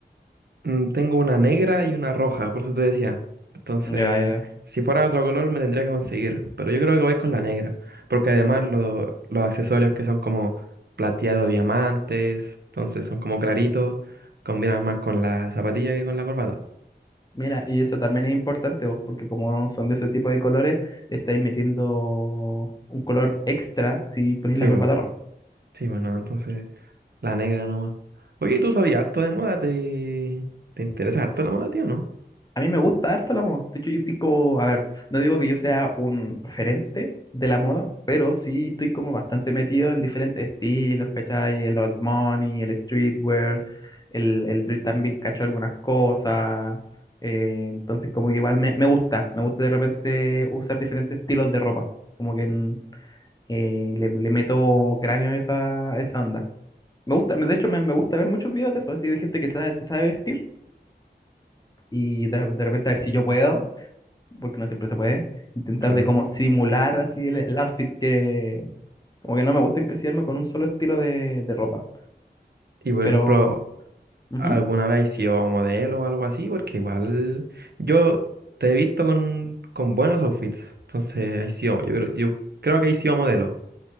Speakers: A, on the right; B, on the left.
A: Mm, tengo una negra y una roja, por eso te decía. Entonces,
B: Ya, ya,
A: si fuera de otro color me tendría que conseguir, pero yo creo que voy con la negra, porque además lo- los accesorios que son como plateado diamantes, entonces son como claritos, combinan más con la zapatilla que con la corbata.
B: Mira, y eso también es importante, vos, porque como son de ese tipo de colores, le estáis metiendo un color extra si ponéis
A: Sí,
B: la corbata
A: bu.
B: roja.
A: Sí, bueno, entonces la negra nomás. Oye, ¿y ¿tú sabías harto de moda? ¿Te, te interesa harto la moda, tío, no?
B: A mí me gusta harto la moda. De hecho, yo estoy como, a ver, no digo que yo sea un referente de la moda, pero sí estoy como bastante metido en diferentes estilos, ¿cachai? El old money, el streetwear, el, el drift también cacho algunas cosas. eh, entonces, como que igual me, me gusta, me gusta de repente usar diferentes estilos de ropa. Como que en- eh, le, le meto cráneo a esa, a esa onda. Me gusta, de hecho, me, me gusta ver muchos videos de eso, así de gente que sabe- se sabe vestir y de, de repente a ver si yo puedo, porque no siempre se puede, intentar
A: Claro.
B: de como simular así el, el outfit que, como que no me gusta encasillarme con un solo estilo de, de ropa.
A: Y por
B: Pero
A: ejemplo,
B: ujú,
A: alguna vez has sido modelo o algo así, porque igual yo te he visto con, con buenos outfits. Entonces, has sido, yo creo, yo creo que has sido modelo.